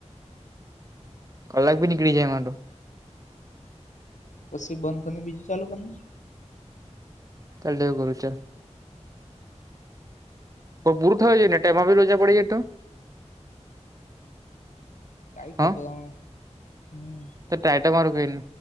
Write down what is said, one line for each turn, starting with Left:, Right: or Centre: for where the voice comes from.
Right: કલાક ભી નીકળી જાય માટે.
Left: તો પછી બંધ કરી, બીજું ચાલુ કરીને.
Right: ત્રણે ગુરુજન. તો પૂરું થયું જોઈને, ટાઈમ માં ભી રજા પડી જાય તો.
Left: કંઈ ખબર
Right: હા
Left: હ હમ.
Right: તો ટાટ મારું કઈને.